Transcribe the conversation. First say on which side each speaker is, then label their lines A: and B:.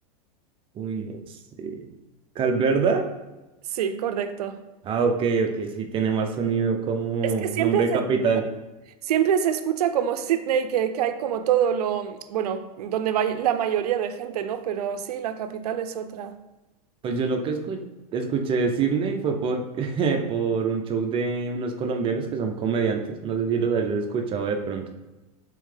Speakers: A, on the right; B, on the right.
A: Uy, no sé. ¿Calverda?
B: Sí, correcto.
A: Ah, ok, ok, sí tiene más sonido como
B: Es que siempre
A: nombre
B: se,
A: de capital.
B: siempre se escucha como Sydney, que, que hay como todo lo, bueno, donde va la mayoría de gente, ¿no? Pero sí, la capital es otra.
A: Pues yo lo que escu- escuché de Sydney fue por, <laughs> por un show de unos colombianos que son comediantes. No sé si los hayas escuchado de pronto.